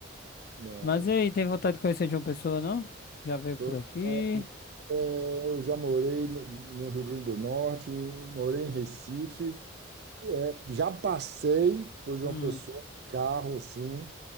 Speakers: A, on the right; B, on the left.
A: Não.
B: Mas e aí, tem vontade de conhecer de uma pessoa, não? Já veio
A: Pô,
B: por aqui?
A: é, Eu já morei no Rio Grande do Norte, morei em Recife É, já passei por João
B: Hum,
A: Pessoa, carro assim,